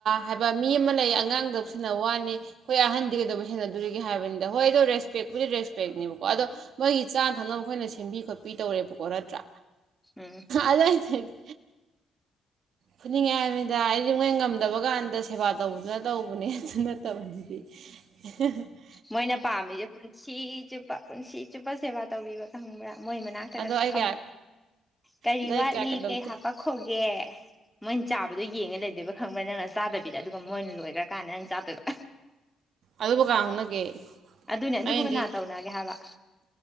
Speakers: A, on the right (about 65°); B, in the centre.
A: ꯍꯥꯏꯕ ꯃꯤ ꯑꯃ ꯂꯩ ꯑꯉꯥꯡꯗ ꯁꯦꯟꯅꯧ ꯋꯥꯅꯤ ꯈꯣꯏ ꯑꯍꯟꯗꯤ ꯀꯩꯗꯧꯕꯩ ꯁꯦꯟꯅꯗꯧꯔꯤꯒꯦ ꯍꯥꯏꯕꯅꯤꯗ ꯍꯣꯏ ꯑꯗꯣ ꯔꯦꯁꯄꯦꯛꯄꯨꯗꯤ ꯔꯦꯁꯄꯦꯛꯅꯦꯕꯀꯣ ꯑꯗꯣ ꯃꯣꯏꯒꯤ ꯆꯥꯅ ꯊꯛꯅꯕ ꯑꯩꯈꯣꯏꯅ ꯁꯦꯝꯕꯤ ꯈꯣꯠꯄꯤ ꯇꯧꯔꯦꯕꯀꯣ ꯅꯠꯇ꯭ꯔꯥ
B: ꯎꯝ
A: ꯑꯗꯩ ꯍꯥꯏꯗꯤ ꯐꯨꯅꯤꯡꯉꯥꯏꯃꯤꯗꯥ ꯍꯥꯏꯗꯤ ꯃꯣꯏ ꯉꯝꯗꯕ ꯀꯥꯟꯗ ꯁꯦꯕꯥ ꯇꯧꯕꯗꯨꯅ ꯇꯧꯕꯅꯦ ꯑꯗꯨ ꯅꯠꯇꯕ ꯑꯗꯨꯗꯤ <unintelligible>
B: ꯃꯣꯏꯅ ꯄꯥꯝꯃꯤꯁꯦ ꯄꯨꯟꯁꯤ ꯆꯨꯞꯄ ꯄꯨꯟꯁꯤ ꯆꯨꯞꯄ ꯁꯦꯕꯥ ꯇꯧꯕꯤꯕ ꯈꯪꯕ꯭ꯔꯥ ꯃꯣꯏ ꯃꯅꯥꯛꯇꯒꯁꯨ
A: ꯑꯗꯣ ꯑꯩ
B: ꯐꯝ
A: ꯀꯌꯥ
B: ꯀꯔꯤ
A: ꯑꯗꯣ ꯑꯩ
B: ꯋꯥꯠꯂꯤ
A: ꯀꯌꯥ ꯀꯩꯗꯧꯗꯦ
B: ꯀꯩ ꯍꯥꯄꯛꯈꯣꯒꯦ ꯃꯣꯏꯅ ꯆꯥꯕꯗꯣ ꯌꯦꯡꯉꯦ ꯂꯩꯗꯣꯏꯕ ꯈꯪꯕ꯭ꯔꯥ ꯅꯪꯅ ꯆꯥꯗꯕꯤꯗ ꯑꯗꯨꯒ ꯃꯣꯏꯅ ꯂꯣꯏꯈ꯭ꯔꯀꯥꯟꯗ ꯅꯪ ꯆꯥꯗꯣꯏꯕ
A: ꯑꯗꯨꯕꯨ ꯀꯅꯥꯟ ꯍꯧꯅꯒꯦ
B: ꯑꯗꯨꯅꯦ ꯑꯗꯨꯕꯨ
A: ꯑꯩꯅꯗꯤ
B: ꯀꯅꯥ ꯇꯧꯅꯒꯦ ꯍꯥꯏꯕ